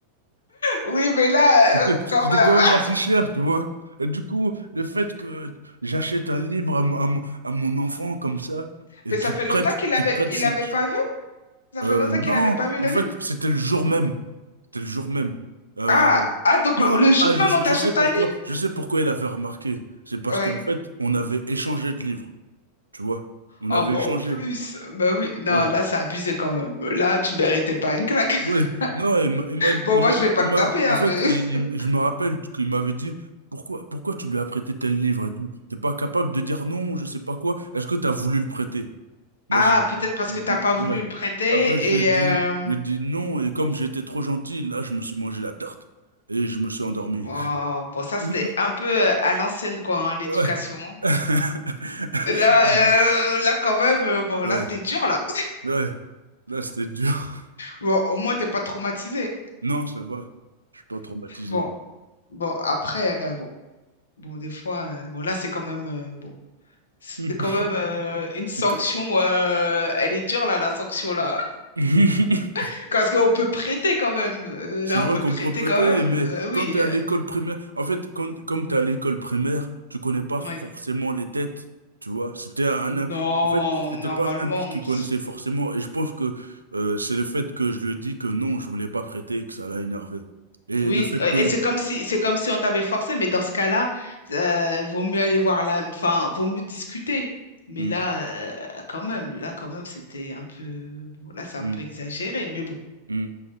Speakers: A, on the left; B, on the right.
A: Oui, mais là,
B: <laughs>
A: euh, quand
B: c'était
A: même.
B: quand même assez cher, tu vois. Et du coup, le fait que j'achète un livre à, mon à mon- à mon enfant comme ça et
A: Mais
B: qu'il
A: ça fait longtemps
B: prête,
A: qu'il
B: qu'il
A: avait,
B: prête
A: il
B: cette,
A: avait pas vu. Ça
B: euh,
A: fait longtemps
B: non,
A: qu'il avait pas vu
B: en
A: le
B: fait,
A: livre.
B: c'était le jour même, c'était le jour même. Euh,
A: Ah, ah, donc
B: non,
A: le le jour
B: ah, je,
A: même,
B: je
A: on t'achète
B: sais pourquoi,
A: un livre.
B: je sais pourquoi il avait remarqué. C'est parce
A: Ouais.
B: qu'en fait, on avait échangé de livres, tu vois. On
A: Ah,
B: avait
A: bah
B: échangé.
A: en plus, bah oui, non,
B: ouais.
A: là, c'est abusé quand même. Là, tu méritais pas une claque. <laughs>
B: Oui, non, il m'a, il m'a,
A: Bon,
B: il
A: moi,
B: m'a-
A: je vais pas
B: il
A: le
B: m'a-
A: taper, hein,
B: en fait,
A: mais-
B: il-
A: <laughs>
B: il- je me rappelle qu'il m'avait dit pourquoi, pourquoi tu lui as prêté tel livre et tout. T'es pas capable de dire non, je sais pas quoi. Est-ce que t'as voulu le prêter? Moi,
A: Ah,
B: j'ai dit
A: peut-être parce que t'as pas voulu
B: ouais.
A: le prêter
B: Après, je lui ai
A: et...
B: dit,
A: euh,
B: je lui ai dit non, et comme j'étais trop gentil, là, je me suis mangé la tarte et je me suis endormi.
A: Bon, bon, ça, c'était
B: <laughs>
A: un peu euh, à l'ancienne, quoi, hein, l'éducation.
B: Ouais, <laughs>
A: Là, euh, là, quand même, euh, bon,
B: ouais,
A: là, c'était dur, là.
B: ouais, là, c'était dur.
A: Bon, au moins, t'es pas traumatisé.
B: Non, ça va, je suis pas traumatisé.
A: Bon, bon, après, euh, bon. Bon, des fois, euh, bon, là, c'est quand même, euh, bon, c'est
B: <laughs>
A: quand même euh, une
B: C'est
A: sanction.
B: quoi?
A: euh, elle est dure, là, la sanction, là.
B: <laughs>
A: <laughs> Parce qu'on peut prêter quand même. Euh,
B: C'est
A: là,
B: vrai
A: on peut
B: qu'on
A: prêter
B: peut prêter,
A: quand même.
B: mais
A: Euh, oui,
B: quand t'es
A: euh,
B: à l'école primaire, en fait, quand, comme t'es à l'école primaire, tu connais pas
A: ouais.
B: forcément les têtes, tu vois. C'était un, am-
A: Non,
B: en fait, c'était
A: normalement.
B: pas un ami qui
A: on s-
B: connaissait forcément, et je pense que euh, c'est le fait que je lui ai dit que non, je voulais pas prêter, que ça l'a énervé. Et
A: Oui,
B: le fait
A: euh,
B: que...
A: et c'est comme si, c'est comme si on t'avait forcé, mais dans ce cas-là, euh, vaut mieux aller voir là, enfin, vaut mieux discuter. Mais
B: Hmm,
A: là, euh, quand même, là, quand même, c'était un peu, bon, là, c'est
B: hmm,
A: un peu exagéré, mais bon,
B: hmm,